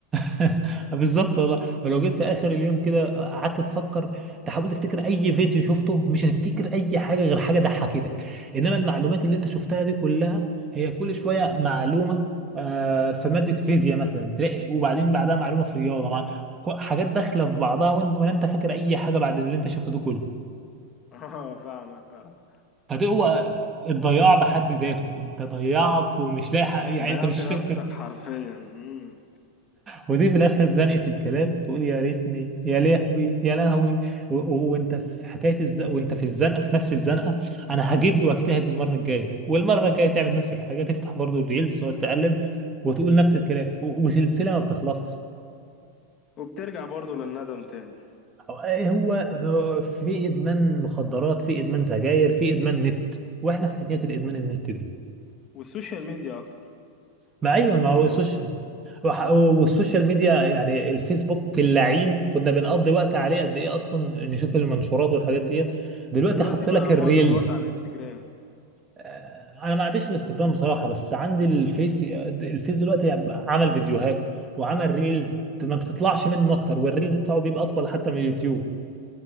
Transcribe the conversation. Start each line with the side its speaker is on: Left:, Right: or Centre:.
Right: <laughs> بالظبط والله ولو جيت في اخر اليوم كده قعدت تفكر تحاول تفتكر اي فيديو شفته مش هتفتكر اي حاجه غير حاجه ضحكتك انما المعلومات اللي انت شفتها دي كلها هي كل شويه معلومه آه، في ماده فيزياء مثلا تلاقي وبعدين بعدها معلومه في رياضه مع كو- حاجات داخله في بعضها وإن- ولا انت فاكر اي حاجه بعد اللي انت شفته ده كله
Left: <laughs> اه فاهمك اه
Right: فده هو الضياع بحد ذاته انت ضيعت ومش لاحق يعني
Left: ضيعت
Right: انت مش
Left: نفسك
Right: فاكر
Left: حرفيا مم.
Right: ودي في الاخر زنقه الكلاب تقول يا ريتني يا لهوي يا لهوي و- و- وانت في حكايه الز... وانت في الزنقه في نفس الزنقه انا هجد واجتهد المره الجايه والمره الجايه تعمل نفس الحاجه تفتح برضو الريلز وتقلب وتقول نفس الكلام و- وسلسله ما بتخلصش
Left: وبترجع برضو للندم تاني
Right: هو هو آه، في ادمان مخدرات في ادمان سجاير في ادمان نت واحنا في حكايه الادمان النت دي
Left: والسوشيال ميديا اكتر
Right: ما ايوه
Left: بشكل
Right: ما هو
Left: خاص
Right: السوشيال وح- والسوشيال ميديا يعني الفيسبوك اللعين كنا بنقضي وقت عليه قد ايه اصلا نشوف المنشورات والحاجات ديت دلوقتي
Left: دلوقتي
Right: حط
Left: بقى
Right: لك الريلز
Left: معظم الوقت على الانستجرام
Right: آه، انا ما عنديش الانستجرام بصراحه بس عندي الفيس الفيس دلوقتي عمل فيديوهات وعمل ريلز ما بتطلعش منه اكتر والريلز بتاعه بيبقى اطول حتى من اليوتيوب